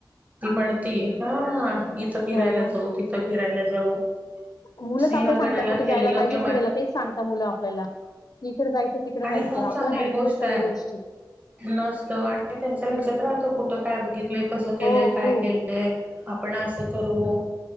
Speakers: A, on the right; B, on the left.
A: ती म्हणती. हा इथं फिरायला
B: हो ना.
A: जाऊ तिथं फिरायला जाऊ
B: मुलंच
A: सिंहगडाला
B: आपल्याला सांगतात कुठे
A: गेलेलो
B: जायला पाहिजे
A: तेव्हा
B: फिरायला
A: ती
B: तेच सांगता मुलं आपल्याला की इकड जायचं तिकड
A: आणि
B: जायचं
A: खूप
B: आपल्याला
A: चांगली
B: माहिती
A: गोष्ट
B: नसत
A: आहे
B: काही गोष्टी.
A: नसतं आणि त्यांच्या लक्षात
B: अच्छा.
A: राहतो कुठ काय बघितलंय कसं केलंय
B: हो
A: काय
B: खूप
A: केलंय. आपण आसं करू.